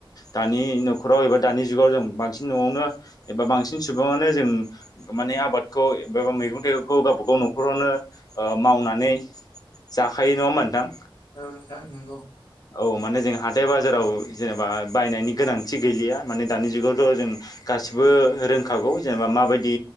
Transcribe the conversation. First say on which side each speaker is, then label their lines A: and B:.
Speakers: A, on the left; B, on the left.
A: दानि न'खराव एबा दानि जुगाव जों बांसिन न'आवनो एबा बांसिन सुबुङानो। जों माने आबादखौ बा मैगं-थाइगंखौ गावबागाव न'खरावनो ओ मावनानै। जाखायो नङा ओमबा नोंथां?
B: औ नोंथां नोंगौ।
A: औ माने जों हाथाय बाजाराव जेनेबा बायनायनि गोनांथि गैलिया माने दानि जुगावथ' जों। गासिबो रोंखागौ। जेनेबा माबायदि